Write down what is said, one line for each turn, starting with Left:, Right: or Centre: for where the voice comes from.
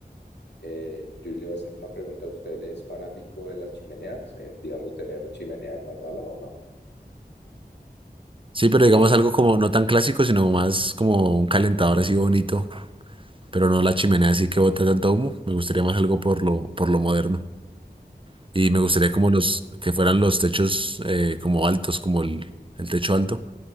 Left: Eh, yo le iba a hacer una pregunta a usted, ¿es fanático de las chimeneas? Eh, digamos, tener chimenea en la sala o no?
Right: Sí, pero digamos algo como no tan clásico, sino más como un calentador así bonito, pero no la chimenea así que bota tanto humo. Me gustaría más algo por lo, por lo moderno. Y me gustaría como los que fueran los techos eh, como altos, como el, el techo alto,